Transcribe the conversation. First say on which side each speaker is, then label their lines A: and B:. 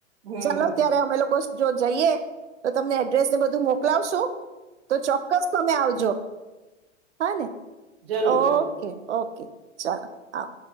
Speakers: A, on the right; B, on the right.
A: હમ.
B: ચાલો ત્યારે અમે લોકો જો જઈએ તો તમને એડ્રેસને બધું મોકલાવશું. તો ચોક્કસ તમે આવજો. હા ને
A: જરૂર,
B: ઓકે
A: જરૂર.
B: ઓકે ચલોો આવ.